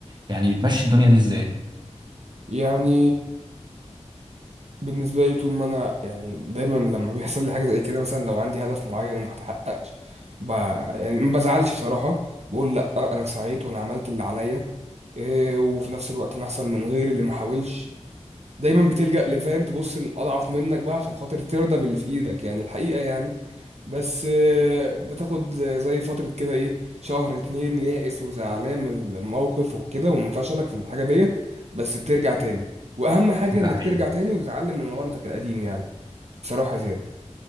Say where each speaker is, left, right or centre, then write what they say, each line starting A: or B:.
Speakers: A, on the right; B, on the right.
A: يعني بتمشي الدنيا دي ازاي؟
B: يعني بالنسبة لي طول ما أنا يعني دايما لما بيحصل لي حاجة زي كده مثلا لو عندي هدف معين وما اتحققش ب... يعني ما بزعلش بصراحة بقول لأ أنا سعيت وأنا عملت اللي عليا إيه وفي نفس الوقت أنا أحسن من غيري اللي ما حاولش دايما بتلجأ لفاهم تبص للأضعف منك بقى عشان خاطر ترضى باللي في إيدك يعني الحقيقة يعني بس آه، بتاخد زي فترة كده ايه شهر اتنين يائس وزعلان من موقف وكده ومنفشلك في الحاجة ديت بس بترجع تاني وأهم حاجة
A: ده
B: إنك
A: حقيقي
B: ترجع تاني وتتعلم من غلطك القديم يعني بصراحة زياد